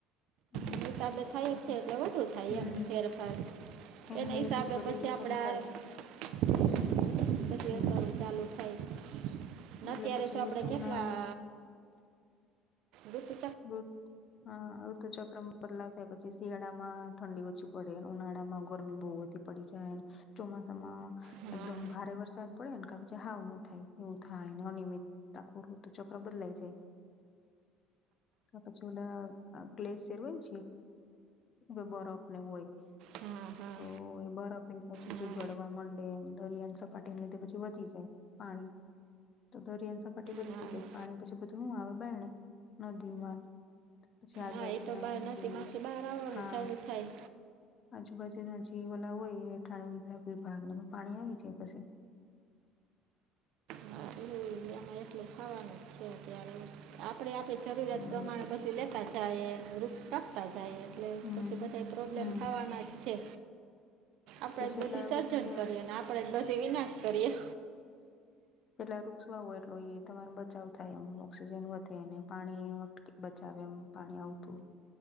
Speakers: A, on the left; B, on the right.
A: હમ
B: એની હિસાબે
A: પછી
B: થાય જ છે એટલે વધુ થાય
A: હમ
B: એમ ફેરફાર.
A: એને
B: એના
A: લીધે
B: હિસાબે
A: બધી
B: પછી આપડા
A: શરૂ થાય
B: <unintelligible>
A: હમ
B: ચાલુ થાય. ન અત્યારે
A: એટલે પછી
B: તો આપડે
A: ઋતુના
B: કેટલા રુતુ
A: રુત હા રુત તો ચક્રમાં બદલાવ થાય પછી શિયાળામાં ઠંડી ઓછી પડે, ઉનાળામાં ગરમી બહુ વધી પડી જાય. ચોમાસામાં
B: હા
A: એકદમ ભારે વરસાદ પડે ને કા પછી હાવ નો થાય એવું થાય ને અનિયમિત તો આખું રુતુ ચક્ર બદલાઈ જાય. પછી ઓલા ગ્લેસિયર હોય ને જે મ બરફને એવું હોય.
B: હા હા
A: તો એ બરફ એ પછીથી
B: હા
A: ગળવા માંડે દરિયાની સપાટીને લીધે પછી વધી જાય પાણી. તો દરિયાની સપાટી વધતી
B: હા
A: જાય પાણી પછી બધું હું આવે બારણે. નદીઓમાં પછી આજુબાજુના
B: હા એ તો બહાર નદીમાંથી
A: જે
B: બહાર આવવાનું
A: હા.
B: ચાલુ થાય.
A: આજુબાજુનાં જે ઓલા હોય એ રહેઠાણ વિભાગ એમાં પાણી આવી જાય પછી.
B: ન્યા એમા એટલું ખાવાનું છે ત્યારે આપણેે આપણી જરૂરિયાત
A: હમ
B: પ્રમાણે બધું લે તા જાયે ને વૃક્ષ કાપતાં જાયે એટલે
A: હમ
B: પછી બધાય પ્રોબ્લેમ
A: હમ
B: થાવાના જ છે.
A: પછી
B: આપણેે જ
A: જેટલા
B: બધી સર્જન
A: વૃક્ષ
B: કરીએ ને આપણેે જ બધી વિનાશ કરીએ.
A: એટલા વૃક્ષ વાવો એટલો ઈ તમારો બચાવ થાય એમ ઓક્સિજન વધેને પાણી અ બચાવે એમ પાણી આવતું